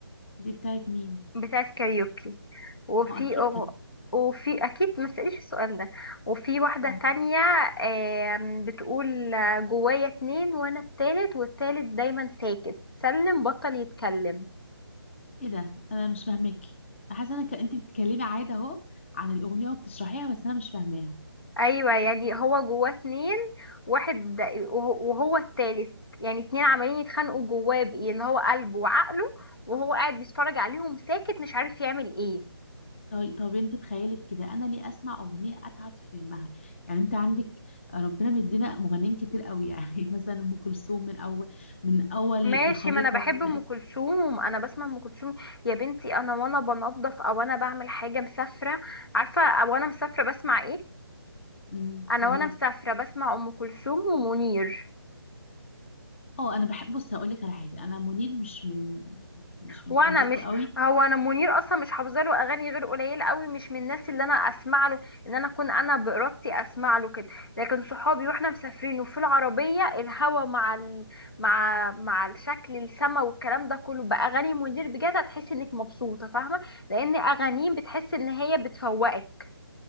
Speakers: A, on the left (about 30°); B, on the left (about 65°).
A: دي بتاعت مين
B: بتاعت كاريوكي وفي
A: اه اكيد
B: أغ...
A: كده
B: وفي اكيد ما تسأليش السؤال ده وفي واحده
A: اه
B: تانية آم، بتقول جوايا اتنين وانا التالت والتالت دايما ساكت سلم بطل يتكلم
A: ايه ده انا مش فاهمك حاسه انا ك... انت بتتكلمي عادي اهو عن الاغنيه وبتشرحيها بس انا مش فاهماها
B: ايوه يعني هو جواه اتنين واحد ده- وهو وهو التالت يعني اتنين عمالين يتخانقوا جواه بإيه اللي هو قلبه وعقله وهو قاعد بيتفرج عليهم ساكت مش عارف يعمل ايه
A: طيب طب انت بخيالك كده انا ليه اسمع اغنيه اتعب في فهمها يعني انت عندك آه، ربنا مدينا مغنيين كتير قوي يعني <laughs> مثلا ام كلثوم من اول من اول
B: ماشي
A: الخليقه
B: ما انا بحب
A: ما بدات
B: ام كلثوم انا بسمع ام كلثوم يا بنتي انا وانا بنظف او انا بعمل حاجه مسافره عارفه او انا مسافره بسمع ايه
A: امم
B: انا
A: قولي
B: وانا مسافره
A: لي
B: بسمع ام كلثوم ومنير
A: اه انا بحب بص هقول لك على حاجه انا منير مش من مش من
B: وانا
A: فانزاته
B: مش
A: قوي
B: هو انا منير اصلا مش حافظه له اغاني غير قليله قوي مش من الناس اللي انا اسمع له ان انا اكون انا بارادتي اسمع له كده لكن صحابي واحنا مسافرين وفي العربيه الهوا مع ال... مع مع الشكل السما والكلام ده كله باغاني منير بجد هتحس انك مبسوطه فاهمه لان اغانيه بتحس ان هي بتفوقك